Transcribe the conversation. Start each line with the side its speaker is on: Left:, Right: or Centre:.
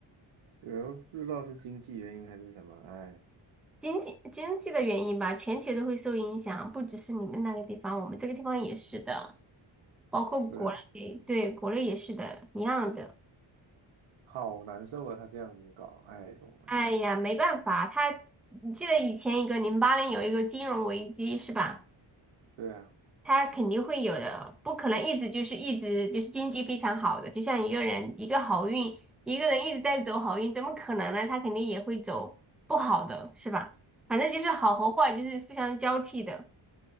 Right: 有人不知道是经济原因还是什么，哎，
Centre: <laughs> 经济经济的原因吧，全球都会受影响，不只是你们那个地方，我们这个地方也是的，包括国内，
Right: 是啊，
Centre: 对，国内也是的，一样的。
Right: 好难受啊，他这样子搞，哎呦喂，
Centre: 哎呀，没办法，他，你记得以前一个零八年有一个金融危机是吧？
Right: 对啊，
Centre: 他肯定会有的，不可能一直就是一直就是经济非常好的，就像一个人一个好运，一个人一直在走好运，怎么可能呢？他肯定也会走不好的，是吧？反正就是好和坏就是非常交替的。